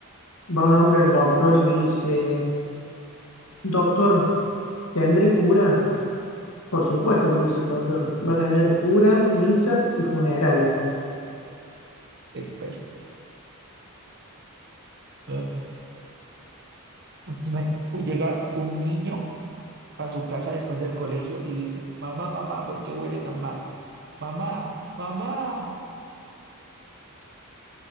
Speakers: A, on the left; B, on the right.
A: un hombre al doctor y le dice, doctor, ¿tendré cura? Por supuesto, le dice el doctor, va a tener cura, misa y funeral.
B: Te cuento. <laughs> Ajá. Ima- Llega un niño a su casa después del colegio y dice, mamá, mamá, ¿por qué huele tan mal? Mamá, mamá.